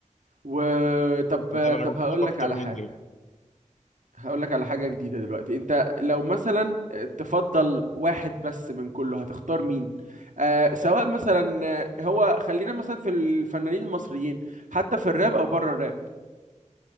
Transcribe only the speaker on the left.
متابع
متابع
أكتر
مني